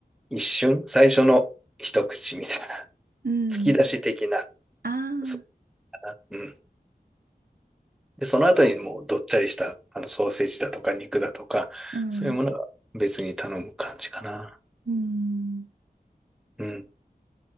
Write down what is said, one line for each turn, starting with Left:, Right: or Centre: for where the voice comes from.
Centre: 一瞬、最初の一口みたいな、
Right: うん。
Centre: 突き出し的な、
Right: ああ、
Centre: そう、うん。で、その後にもうどっちゃりした、あの、ソーセージだとか肉だとか、
Right: うん。
Centre: そういうものは別に頼む感じかな。
Right: うん。
Centre: うん。